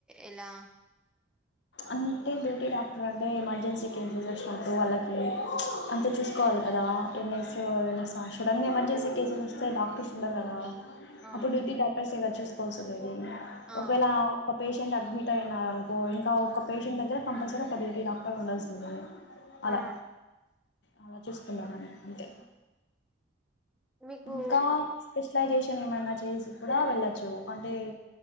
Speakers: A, in the centre; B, on the left.
A: ఎలా.
B: అంటే డ్యూటీ డాక్టర్ అంటే ఎమర్జెన్సీ కేసెస్ వచ్చినపుడు వాళ్ళకి అంతే చూసుకోవాలి కదా. ఎన్నస్ ఏమైనా ఆహ్ సడాన్ ఎమర్జెన్సీ కేసెస్ వస్తే డాక్టర్స్ ఉండరు కదా.
A: ఆ
B: అప్పుడు డ్యూటీ డాక్టర్స్. తననీ చూసుకోవాల్సింది.
A: ఆ
B: ఒకవేళ ఓక్ పేష్. పేషెంట్ అడ్మిట్ అయినా ఇంకో ఇంకా. ఒక పేషెంట్ దగ్గర కంపల్సరీ ఒక <unintelligible> డాక్టర్ ఉండాల్సిందే. అలా
A: ఆ.
B: అలా <unintelligible> ఉండ <unintelligible> అంతే.
A: మీకు
B: ఇంకా స్పెషలైజేషన్. <unintelligible> ఏమైనా చేసి కూడా వెళ్లొచ్చు. అంటే